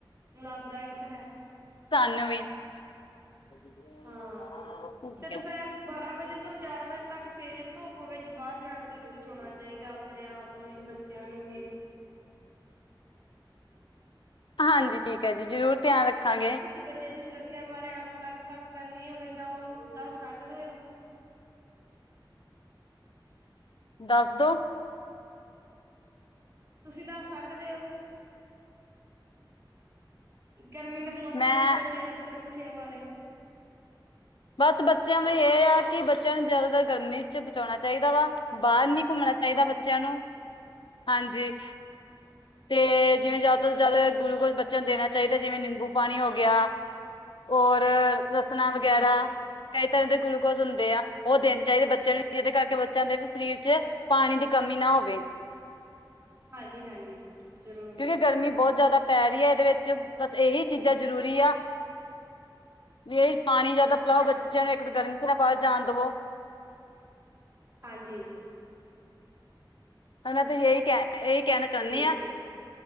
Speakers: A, on the right (about 30°); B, on the left (about 75°).
A: ਲਾਭਦਾਇਕ ਹੈ
B: ਸਾਨੂੰ ਵੀ <unintelligible>
A: ਹਾਂ ਤੇ ਦੁਪਹਿਰ ਬਾਰਾਂ ਵਜੇ ਤੋਂ ਚਾਰ ਵਜੇ ਤੱਕ ਤੇਜ਼ ਧੁੱਪ ਵਿੱਚ ਬਾਹਰ ਜਾਣ ਤੋਂ ਵੀ ਬਚਾਉਣਾ ਚਾਹੀਦਾ ਆਪਣੇ ਆਪ ਨੂੰ ਵੀ ਬੱਚਿਆਂ ਨੂੰ ਵੀ ਹਾਂ
B: ਹਾਂਜੀ ਠੀਕ ਹੈ ਜੀ ਜ਼ਰੂਰ ਧਿਆਨ ਰੱਖਾਂਗੇ
A: ਬੱਚੇ ਦੀ ਸੁਰੱਖਿਆ ਬਾਰੇ ਆਮ ਗੱਲਬਾਤ ਕਰਨੀ ਹੋਵੇ ਤਾਂ ਓ, ਦੱਸ ਸਕਦੇ ਓ?
B: ਦੱਸ ਦੋ।
A: ਤੁਸੀਂ ਦੱਸ ਸਕਦੇ ਓ? ਗਰਮੀ ਦੇ ਮੌਸਮ
B: ਮੈਂ
A: ਵਿੱਚ ਬੱਚਿਆਂ ਦੀ ਸੁਰੱਖਿਆ ਬਾਰੇ
B: ਬਸ ਬੱਚਿਆਂ ਵ ਇਹ ਆ ਕਿ ਬੱਚਿਆਂ ਨੂੰ ਜਿਆਦਾਤਰ ਗਰਮੀ ਬਚਾਉਣਾ ਚਾਹੀਦਾ ਵਾ ਬਾਹਰ ਨੀ ਘੁੰਮਣਾ ਚਾਹੀਦਾ
A: ਹਾਂਜੀ
B: ਬੱਚਿਆਂ ਨੂੰ ਹਾਂਜੀ ਤੇ ਜਿਵੇਂ ਜਿਆਦਾ ਤੋਂ ਜਿਆਦਾ ਗਲੂਕੋਜ ਬੱਚਣ ਨੂੰ ਦੇਣਾ ਚਾਹੀਦਾ ਜਿਵੇਂ ਨਿੰਬੂ ਪਾਣੀ ਹੋ ਗਿਆ ਔਰ ਰਸਣਾ
A: ਹਾਂਜੀ
B: ਵਗੈਰਾ ਕਈ ਤਰ੍ਹਾਂ ਦੇ ਗਲੂਕੋਜ ਹੁੰਦੇ
A: ਹਾਂਜੀ
B: ਆ ਉਹ ਦੇਣੇ ਚਾਹੀਦੇ ਬੱਚਿਆਂ ਨੂੰ ਜਿਹਦੇ ਕਰਕੇ ਬੱਚਿਆਂ ਦੇ ਵੀ ਸਰੀਰ ਚ ਪਾਣੀ ਦੀ ਕਮੀ ਨਾ ਹੋਵੇ।
A: ਹਾਂਜੀ ਹਾਂਜੀ ਜ਼ਰੂਰ
B: ਕਿਉਂਕਿ ਗਰਮੀ ਬਹੁਤ ਜ਼ਿਆਦਾ ਪੈ ਰਹੀ ਏ ਇਹਦੇ ਵਿੱਚ ਬਸ ਇਹੀ ਚੀਜ਼ਾਂ ਜ਼ਰੂਰੀ ਆ, ਵੀ ਪਾਣੀ ਜਿਆਦਾ ਲਾਓ
A: ਹਾਂਜੀ
B: ਬੱਚਿਆਂ ਨੂੰ ਇੱਕ ਗੱਲ ਨੀ ਤਰ੍ਹਾਂ ਪਾ ਜਾਣ ਦੇਵੋ <unintelligible>
A: ਹਾਂਜੀ।
B: ਹਨਾ ਤੇ ਹੇਹੀ ਕਹਿ ਇਹੀ ਕਹਿਣਾ ਚਾਂਨੀਂ
A: ਠੀਕ
B: ਆ,